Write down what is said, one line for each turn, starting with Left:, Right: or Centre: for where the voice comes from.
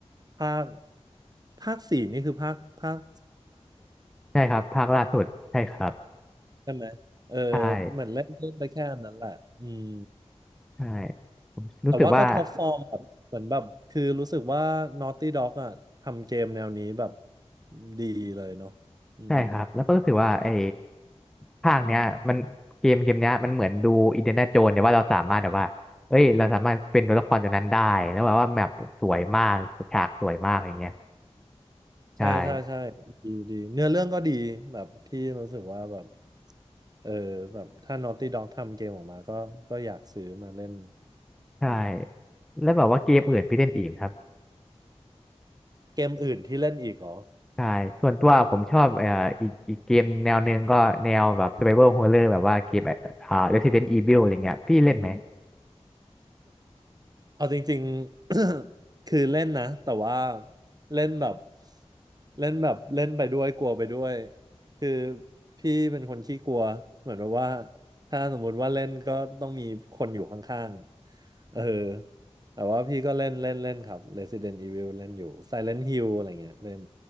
Right: ภาคภาคสี่นี่คือภาคภาค
Centre: ใช่ครับภาคล่าสุดใช่ครับ
Right: ใช่ไหมเออ
Centre: ใช่
Right: เหมือนเล่นเล่นไปแค่อันนั้นแหละอืม
Centre: ใช่ผมรู้สึกว่า
Right: แต่ว่าก็ท็อปฟอร์มแบบเหมือนแบบคือรู้สึกว่า Naughty Dog อ่ะทำเกมแนวนี้แบบดีเลยเนาะอืม
Centre: ใช่ครับ แล้วก็รู้สึกว่าไอ้ภาคเนี้ยมันเกมเกมเนี้ยมันเหมือนดูอินเดียนาโจนแต่ว่าเราสามารถแบบว่าเอ้ยเราสามารถเป็นตัวละครตัวนั้นได้แล้วแบบว่าแมปสวยมากฉากสวยมากอย่างเงี้ยใช่
Right: ใช่ใช่ใช่ดีดีเนื้อเรื่องก็ดีแบบที่รู้สึกว่าแบบเออแบบถ้า Naughty Dog ทำเกมออกมาก็ก็อยากซื้อมาเล่น
Centre: ใช่แล้วแบบว่าเกมอื่นพี่เล่นอีกไหมครับ
Right: เกมอื่นที่เล่นอีกเหรอ
Centre: ใช่ส่วนตัวผมชอบเอ่ออีกอีกเกมแนวหนึ่งก็แนวแบบ Survival Horror แบบว่าเกมอ่า Resident Evil อะไรเงี้ยพี่เล่นไหม
Right: เอาจริงๆ <coughs> คือเล่นนะแต่ว่าเล่นแบบเล่นแบบเล่นไปด้วยกลัวไปด้วยคือพี่เป็นคนขี้กลัวเหมือนแบบว่าถ้าสมมุติว่าเล่นก็ต้องมีคนอยู่ข้างๆเออแต่ว่าพี่ก็เล่นเล่นเล่นครับ Resident Evil เล่นอยู่ Silent Hill อะไรเงี้ยเล่น